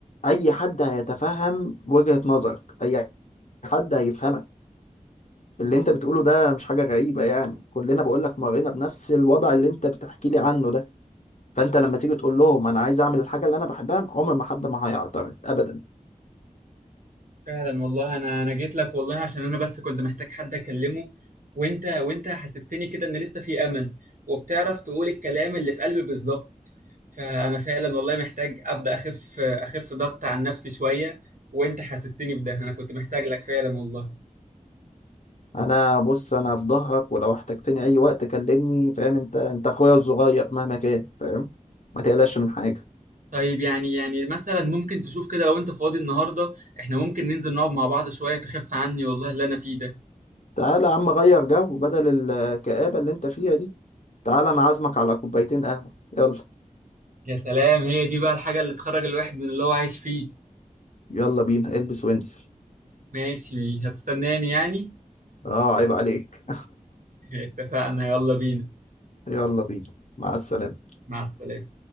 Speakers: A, on the left; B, on the right.
A: اي حد هيتفهم وجهة نظرك اي حد هيفهمك اللي انت بتقوله ده مش حاجة غريبة يعني كلنا بقول لك مرينا بنفس الوضع اللي انت بتحكي لي عنه ده فانت لما تيجي تقول لهم انا عايز اعمل الحاجة اللي انا بحبها عمر ما حد ما هيعترض ابدا
B: فعلا والله انا انا جيت لك والله عشان انا بس كنت محتاج حد اكلمه وانت وانت حسستني كده ان لسه في امل وبتعرف تقول الكلام اللي في قلبي بالظبط فانا فعلا والله محتاج ابدا اخف اخف ضغط عن نفسي شويه وانت حسستني بده انا كنت محتاج لك فعلا والله
A: انا بص انا في ظهرك ولو احتجتني اي وقت كلمني فاهم انت انت اخويا الصغير مهما كان فاهم ما تقلقش من حاجة
B: طيب يعني يعني مثلا ممكن تشوف كده لو انت فاضي النهارده احنا ممكن ننزل نقعد مع بعض شويه تخف عني والله اللي انا فيه ده
A: تعالى يا عم غير جو بدل الكآبة اللي انت فيها دي تعالى انا عازمك على كوبايتين قهوة يلا
B: يا سلام هي دي بقى الحاجه اللي تخرج الواحد من اللي هو عايش فيه
A: يلا بينا البس وانزل
B: ماشي هتستناني يعني
A: اه عيب عليك
B: اتفقنا يلا بينا
A: <laughs> يلا بينا مع السلامة
B: مع السلامة